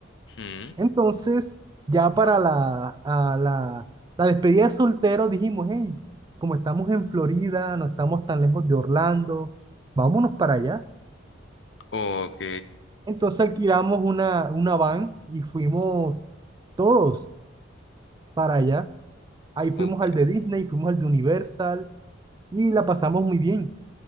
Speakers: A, on the left (about 65°); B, on the right (about 20°).
A: Mm,
B: Entonces, ya para la, a la, la despedida de soltero dijimos, hey, como estamos en Florida, no estamos tan lejos de Orlando, vámonos para allá.
A: ok,
B: Entonces alquilamos una, una van y fuimos todos para allá. Ahí
A: ok.
B: fuimos al de Disney, fuimos al de Universal y la pasamos muy bien.